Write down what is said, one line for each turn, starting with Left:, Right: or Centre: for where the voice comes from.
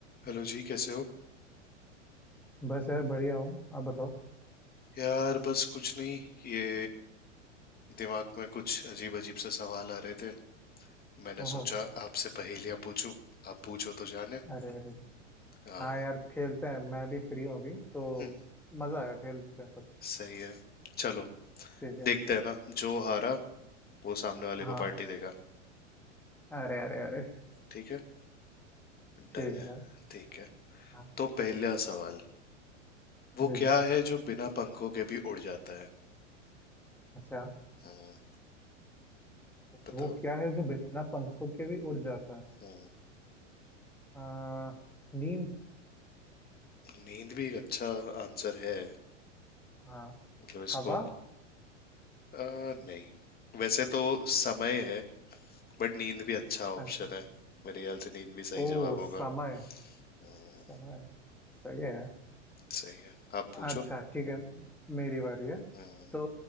Left: Hello जी कैसे हो
Centre: बस यार बढ़िया हूँ आप बताओ
Left: यार बस कुछ नहीं ये दिमाग में कुछ अजीब अजीब से सवाल आ रहे थे मैंने
Centre: ओहो
Left: सोचा आपसे पहेलियां पूछूं आप पूछो तो जाने
Centre: अरे अरे
Left: हाँ
Centre: हाँ यार खेलते हैं मैं भी फ्री हूँ अभी तो
Left: हम्म,
Centre: मजा आएगा खेलते हैं कुछ
Left: सही है चलो
Centre: ठीक है
Left: देखते हैं ना जो हारा वो सामने वाले
Centre: हाँ
Left: को पार्टी देगा
Centre: अरे अरे अरे
Left: ठीक है
Centre: ठीक
Left: डन
Centre: है
Left: है
Centre: भाई
Left: ठीक है
Centre: हाँ
Left: तो पहला सवाल वो
Centre: जी
Left: क्या
Centre: जी
Left: है जो बिना पंखों के भी उड़ जाता है
Centre: अच्छा
Left: हम्म, बताओ
Centre: वो क्या है जो बिना पंखों के भी उड़ जाता है
Left: हम्म,
Centre: आ, नींद
Left: नींद भी एक अच्छा आंसर है
Centre: हाँ
Left: मतलब इसको
Centre: हवा
Left: आ, नहीं वैसे तो समय है बट नींद भी अच्छा ऑप्शन
Centre: अच्छा
Left: है मेरे ख्याल से नींद भी सही
Centre: ओ
Left: जवाब होगा
Centre: समय
Left: हम्म,
Centre: समय सही है यार
Left: सही है आप पूछो
Centre: अच्छा ठीक है म- मेरी बारी है
Left: हम्म,
Centre: तो